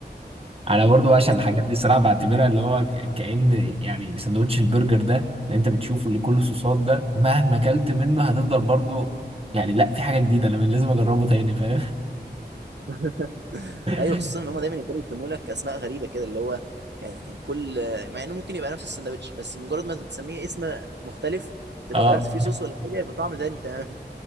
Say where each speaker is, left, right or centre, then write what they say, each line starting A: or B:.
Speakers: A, on the right (about 35°); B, on the right (about 80°).
A: انا برضو بعشق
B: انت
A: الحاجات دي صراحة بعتبرها اللي هو ك- كأن يعني سندوتش البرجر ده اللي انت بتشوفه اللي كله صوصات ده مهما اكلت منه هتفضل برضو يعني لا في حاجة جديدة انا لازم اجربه تاني فاهم
B: <laughs>
A: <laughs>
B: ايوه خصوصا ان هم دايما يفضلوا يسموا لك اسماء غريبه كده اللي هو يعني كل مع انه ممكن يبقى نفس السندوتش بس مجرد ما تسميه اسم مختلف تبقى
A: اه
B: غيرت فيه صوص ولا حاجه يبقى طعم تاني تمام